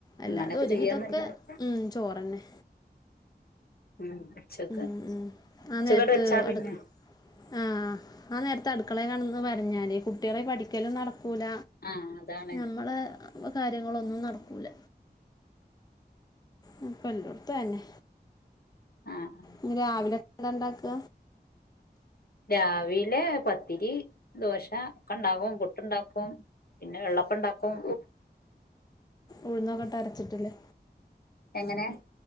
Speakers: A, on the left; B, on the left.
A: അല്ലാതൊരുവിധൊക്കെ
B: അങ്ങനൊക്കെ ചെയ്യാന്നല്ലാതെ
A: ഉം ചോറെന്നെ.
B: ഉം ഉച്ചക്ക്
A: ഉം ഉം ആ
B: ഉച്ചക്കങ്ങട്
A: നേര്ത്ത്
B: വെച്ചാ പിന്നെ
A: അട്ക്ക്‌. ആഹ് ആ നേര്ത്ത് അട് ക്കളെ കാണെന്ന് പർഞ്ഞാല് കുട്ട്യേളെ പഠിക്കലും നട് കൂല
B: ആഹ് അതാണ്
A: ഞമ്മളെ അപ്പൊ കാര്യങ്ങളൊന്നും നടകൂല്ല. ഉം പ്പല്ലോട്ത്തും അഹന്നെ
B: ആഹ്
A: ഇന്ന് രാവിലെന്താണ്ടാക്ക?
B: രാവിലെ പത്തിരി ദോശ ഒക്കെണ്ടാക്കും പുട്ട്ണ്ടാക്കും. പിന്നെ വെള്ളപ്പണ്ടാക്കും.
A: ഉഴ്ന്നൊക്കെട്ട് അരച്ചിട്ട്ല്ലേ.
B: എങ്ങനെ